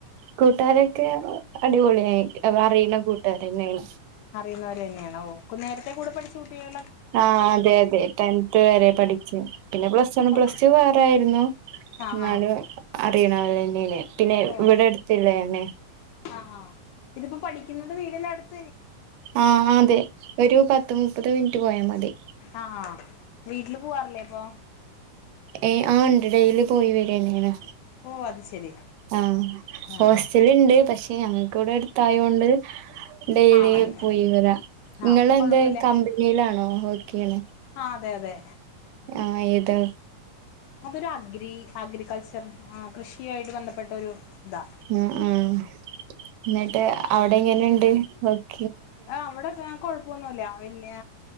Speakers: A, on the right; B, on the left.
A: കൂട്ടാരൊക്കെ അടിപൊളിയായി അറിയുന്ന കൂട്ടാരെന്നെയാണ്
B: അറിയുന്നവർ തന്നെയാണ് ഓഹ് നേരത്തെ കൂടെ പഠിച്ച കുട്ടികളൊ
A: ആഹ് അതെതെ ടെൻത് വരെ പഠിച്ചപിന്നെ പ്ലസ് വൺ
B: ഓ
A: പ്ലസ് ടു വേറേയിരുന്നു
B: ആഹ്
A: ഇന്നാലും
B: ആഹ്
A: അറിയണവര് തന്നെയ്നിം പിന്നെ
B: ഓ ആഹ്
A: ഇവിടെ അടുത്ത്ള്ളതെന്നെ
B: ആഹ് ഇതിപ്പോ പഠിക്കുന്നത് വീടിന്റെടുത്ത്
A: ആഹ് അതെ ഒരു പത്ത് മുപ്പത് മിനിറ്റ് പോയാ മതി
B: ആഹ് വീട്ടില് പോവാറില്ലേ അപ്പൊ
A: ഏയ് ആഹ് ഉണ്ട് ഡെയിലി പോയി വരന്നെയാണ്
B: ഓഹ് അത് ശരി
A: ആഹ് ഹോസ്റ്റല്ണ്ട്
B: ആഹ്
A: പക്ഷെ ഞങ്ങക്കിവിടെ അടുത്തായോണ്ട് ഡെയ്ലിപോയി
B: ആഹ്
A: വരാ
B: ആഹ്
A: ഇങ്ങളെന്താ
B: അപ്പൊ കൊഴപ്പില്ല
A: കമ്പനിയിലാണോ വർക്കെയ്യണെ
B: ആഹ് അതെ അതെ
A: ആഹ് ഏതാ
B: അതൊരു അഗ്രി അഗ്രികൾച്ചർ ആഹ് കൃഷിയായിട്ട് ബന്ധപ്പെട്ട ഒരു ഇതാ
A: ആഹ് ആഹ് ന്നിട്ട് അവിടെ എങ്ങനെണ്ട് വർക്
B: ആഹ് അവിടൊക്കെ കൊഴപ്പൊന്നൂല്ല വല്യ